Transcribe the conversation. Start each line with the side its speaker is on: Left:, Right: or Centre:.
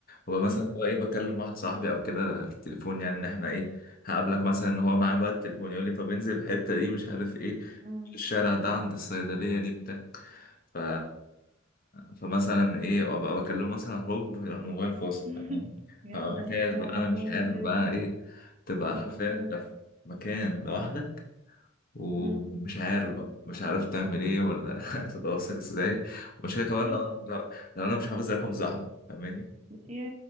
Left: هو مثلا
Right: امم
Left: هو ايه بكلم واحد صاحبي او كده في التليفون يعني ان احنا ايه هقابلك مثلا ان هو معاه بقى التليفون يقول لي طب انزل الحته دي مش عارف ايه
Right: امم
Left: الشارع ده عند الصيدليه دي بتاع ف... فمثلا ايه ابقى بكلمه مثلا هوب الموبايل فاصل
Right: <laughs>
Left: فاهم
Right: يا
Left: فمحتاج
Right: الله على
Left: بقى انا مش
Right: الموقف
Left: عارف بقى ايه تبقى
Right: يا ربنا
Left: حرفيا انت في مكان لوحدك ومش
Right: امم
Left: عارف بقى مش عارف تعمل ايه ولا <laughs> تتواصل ازاي ومشكلة كمان
Right: فعلا
Left: لو لو لو انا مش حافظ رقم صاحبي فاهماني
Right: يا